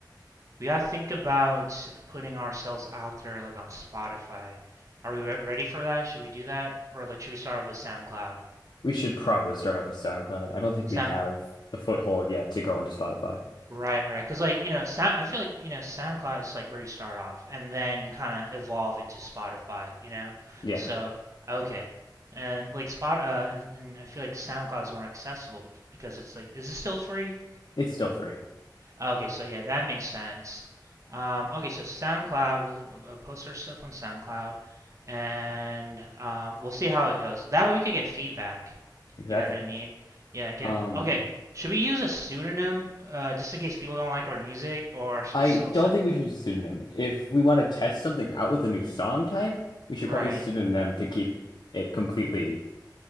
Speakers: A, on the right; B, on the left.
A: we gotta think about putting ourselves out there like on Spotify. Are we re- ready for that? Should we do that, or like should we start with SoundCloud?
B: We should probably start off with SoundCloud. I don't think
A: Sound
B: we have the foothold yet to go into Spotify.
A: Right, right. Because like you know, sound, I feel like you know SoundCloud is like where you start off, and then you kind of evolve into Spotify. You know,
B: Yeah,
A: so okay, and like Spot, uh, and, and I feel like SoundCloud is more accessible bec- because it's like, is it still free?
B: it's still free.
A: Okay, so yeah, that makes sense. Um, okay, so SoundCloud, we'll uh, post our stuff on SoundCloud, and um, we'll see how it goes. That way we could get feedback.
B: Exactly.
A: You know what I mean? Yeah, get
B: Um,
A: okay. Should we use a pseudonym uh, just in case people don't like our music, or should
B: I
A: we still,
B: don't
A: still
B: think we should use a pseudonym. If we want to test something out with a new song type, we should
A: right,
B: probably use a pseudonym to keep it completely